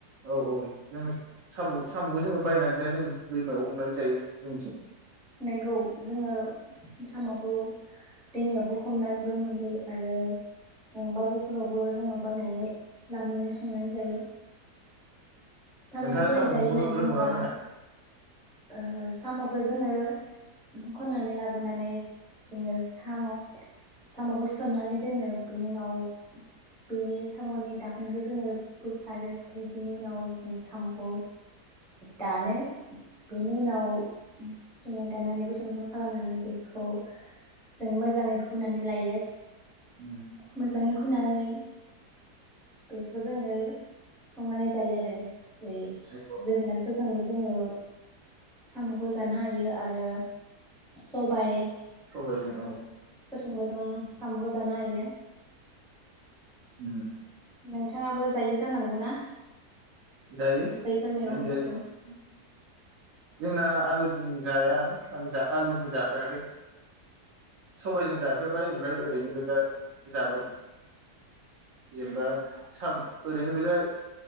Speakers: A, on the right (about 60°); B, in the centre.
A: औ औ जोङो साम सामखौ जोङो बायनानै जाया जोङो दैमायाव हमना जायो। जोंथिं
B: नंगौ जोङो सामखौ दैमायावबो हमनानैबो मोनजायो आरो बाजारफोरावबो जोङो बायनानै लाबोनानै संनानै जायो। सामखौ
A: नोंथाङा
B: बोरै
A: साम'
B: जायो
A: हमनो
B: होननानै बुङोबा
A: रोंगौना रोङा
B: ओ साम'खौ जोङो खन्नानै लाबोनानै जोङो साम' साम'खौ सोमनानै दोनो बिनि उनाव बिनि सामनि दाखोनखौ जोङो बोखारो ओमफ्राय बिनि उनाव साम' खौ दानो। बेनि उनाव जोङो दाननानै गुसुं गुसुं खालामनानै बेखौ जों मोजाङै हुनानै लायो।
A: उम
B: मोजाङै हुनानै बेखौबो जोङो संनानै जायो आरो जेरै
A: औ
B: जोगोनारफोरजोंबो जोङो सामखौ जानो हायो आरो सबाइ
A: सबायजों औ
B: जोंबो जों साम खौ जानो हायो
A: उम
B: नोंथाङाबो जायो जानांगौ ना
A: जायो
B: बैफोर मैगंफोरजों
A: मोनो जाया जानो जोंना आलुजों जाया आं जा आलुजों जाफेराखै सबायजों जाफेरबाय ओमफ्राय ओरैनो गोजा जाबाय जेनेबा साम ओरैनो गोजा